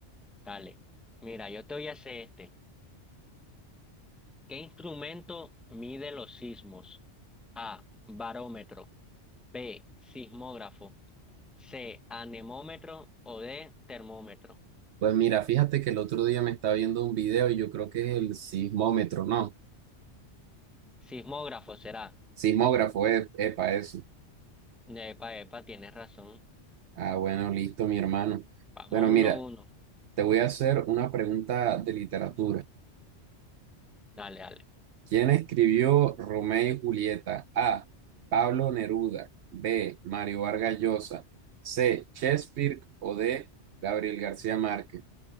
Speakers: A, in the centre; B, on the right.
A: Dale. Mira, yo te voy a hacer este. ¿Qué instrumento mide los sismos? A, barómetro. B, sismógrafo. C, anemómetro o D, termómetro.
B: Pues mira, fíjate que el otro día me estaba viendo un video y yo creo que es el sismómetro, ¿no?
A: Sismógrafo será.
B: Sismógrafo, es epa, eso.
A: Epa, epa, tienes razón.
B: Ah, bueno, listo, mi hermano.
A: Vamos
B: Bueno, mira,
A: uno a uno.
B: te voy a hacer una pregunta de literatura.
A: Dale, dale.
B: ¿Quién escribió Romeo y Julieta? A. Pablo Neruda. B. Mario Vargas Llosa. C. Shakespeare o D. Gabriel García Márquez.